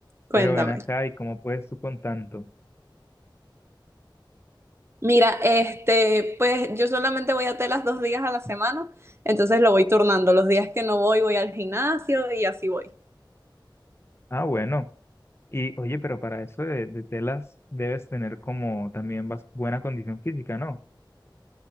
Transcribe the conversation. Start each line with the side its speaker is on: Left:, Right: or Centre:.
Right: Cuéntame.
Left: pero ven acá, ¿y cómo puedes tú con tanto?
Right: Mira, este, pues yo solamente voy a telas dos días a la semana, entonces lo voy turnando. Los días que no voy, voy al gimnasio y así voy.
Left: Ah, bueno, y oye, pero para eso de, de telas debes tener como también bas- buena condición física, ¿no?